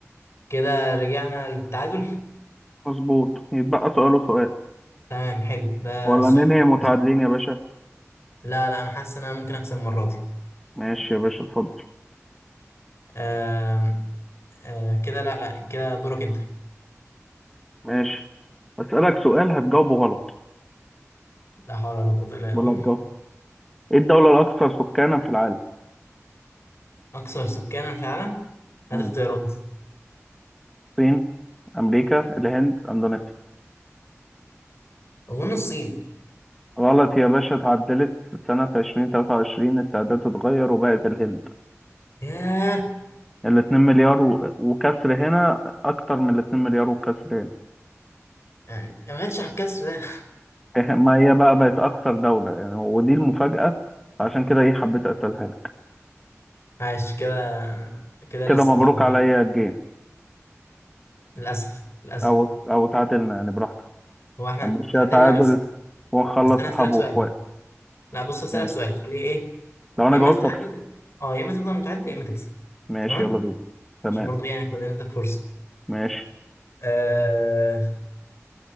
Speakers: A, on the left; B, in the centre.
A: كده رجعنا للتعادل
B: مظبوط يتبقى سؤال وسؤال
A: تمام حلو ده
B: ولا
A: السؤال
B: ننهي
A: التركيزي.
B: متعادلين يا باشا
A: لا لا أنا حاسس إن أنا ممكن أكسب المرة دي
B: ماشي يا باشا اتفضل
A: آم، آه كده لا لا كده دورك أنت
B: ماشي أسألك سؤال هتجاوبه غلط
A: لا حول ولا قوة إلا
B: بقول
A: بالله
B: لك جو ايه الدولة الأكثر سكانا في العالم؟
A: أكثر سكانا في العالم هات
B: مم.
A: اختيارات
B: الصين، أمريكا، الهند، أندونيسيا.
A: أظن الصين
B: غلط يا باشا اتعدلت سنة 2023 التعداد اتغير وبقت الهند
A: ياه
B: الاتنين مليار و... وكسر هنا أكتر من الاتنين مليار وكسر هنا
A: يعني ما جاتش على الكسر ده
B: إيه، ما هي بقى بقت أكثر دولة يعني ودي المفاجأة عشان كده إيه حبيت أسألها لك
A: <laughs> عاش كده كده
B: كده
A: لسه
B: مبروك
A: متعادلين
B: عليا الجيم
A: للأسف للأسف
B: أو أو تعادلنا يعني براحتك
A: هو احنا
B: هنمشيها
A: تعادلنا
B: تعادل
A: بس
B: ونخلص
A: بس أنا
B: صحاب
A: هسألك
B: وإخوات
A: سؤال لا بص هسألك
B: ماشي
A: سؤال خليه إيه
B: لو أنا
A: يا إما
B: جاوبت
A: تتعادل
B: أكسب
A: أه يا إما تفضل متعادل يا إما تكسب
B: ماشي
A: تمام
B: يلا بينا تمام
A: عشان برضه يعني يكون عندك فرصة
B: ماشي
A: آه